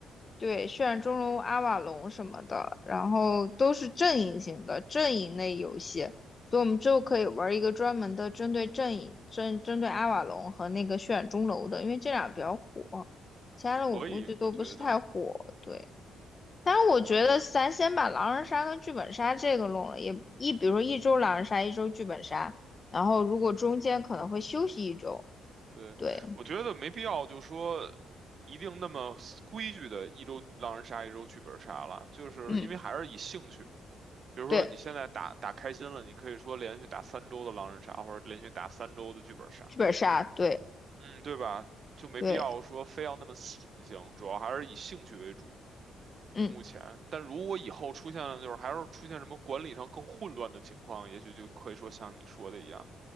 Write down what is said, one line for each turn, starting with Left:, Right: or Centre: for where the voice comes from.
Left: 对，血染钟楼、阿瓦隆什么的，然后都是阵营型的阵营类游戏，所以我们之后可以玩一个专门的针对阵营、针针对阿瓦隆和那个血染钟楼的，因为这俩比较火，其他的我估计都不是太火。
Right: 所以，我觉得，
Left: 对，但是我觉得咱先把狼人杀跟剧本杀这个弄了，
Right: 嗯
Left: 也一比如说一周狼人杀，一周剧本杀，然后如果中间可能会休息一周，
Right: 对，
Left: 对，
Right: 我觉得没必要，就说一定那么规矩的一周狼人杀，一周剧本杀了，就是因为还是以兴趣嘛。
Left: 嗯，
Right: 比如说你现在打打开心了，
Left: 对，
Right: 你可以说连续打三周的狼人杀，或者连续打三周的剧本杀，
Left: 剧本杀，对
Right: 嗯，对吧？就没必要说非要那么死性，
Left: 对。
Right: 主要还是以兴趣为主。
Left: 嗯。
Right: 目前，但如果以后出现了，就是还是出现什么管理上更混乱的情况，也许就可以说像你说的一样，